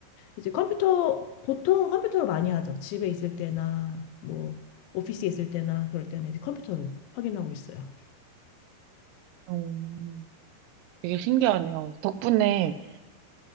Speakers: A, on the left; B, on the right.
A: 이제 컴퓨터, 보통 컴퓨터로 많이 하죠. 집에 있을 때나, 뭐, 오피스에 있을 때나, 그럴 때는 이제 컴퓨터로 확인하고 있어요.
B: 음, 되게 신기하네요. 덕분에